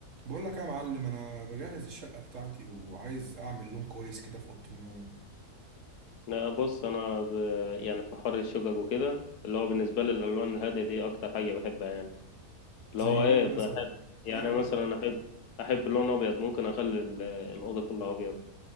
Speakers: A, on the right; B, on the left.
A: بقول لك إيه يا معلم انا بجهز الشقه بتاعتي وعايز اعمل لون كويس كده في اوضه النوم
B: لا بص انا ب... يعني في حر الشقق وكده اللي هو بالنسبه لي الالوان الهاديه دي اكتر حاجه بحبها يعني اللي
A: زي
B: هو
A: ايه
B: ايه بحب
A: مثلا
B: يعني
A: تعرف
B: مثلا
A: مثلا
B: احب احب اللون ابيض ممكن اخلي ال- الاوضه كلها ابيض